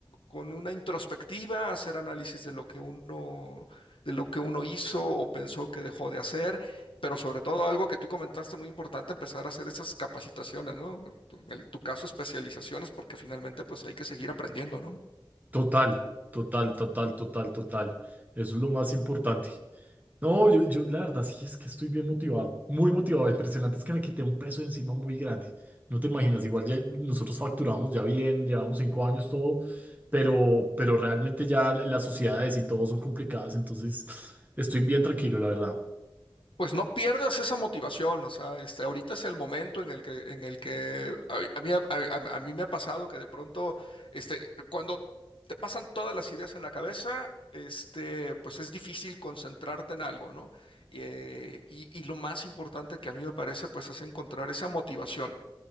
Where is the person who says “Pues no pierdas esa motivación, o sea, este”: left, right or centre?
Left